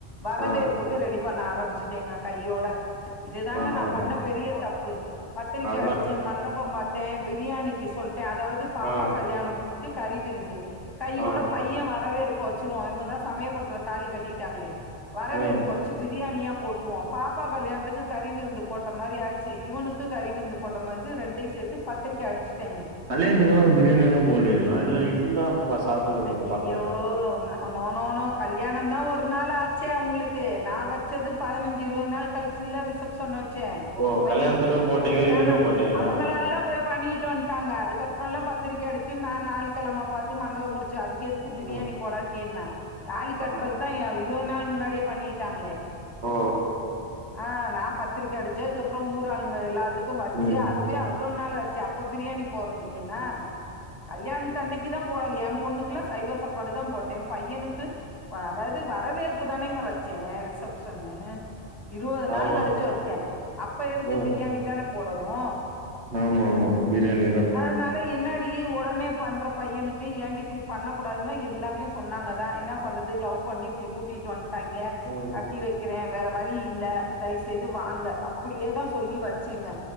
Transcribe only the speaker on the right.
ஆ
ஆமாங்க
அதெல்லா
ஆ
ஆ ஆ
ம்
கல்யாணத்துக்கலா பிரியாணி எல்லா போடுவிங்ளா இல்ல இட்லி தா சாப்ட்டு
பழக்க
ஓ
கல்யாணத்துக்கு போட்டீங்க
இதுக்கு போட்டீங்களா
ம்
ஆ
ஓ
ம்
ஆமா
ம்
ஆமா ஆமா பிரியாணி தா
ம்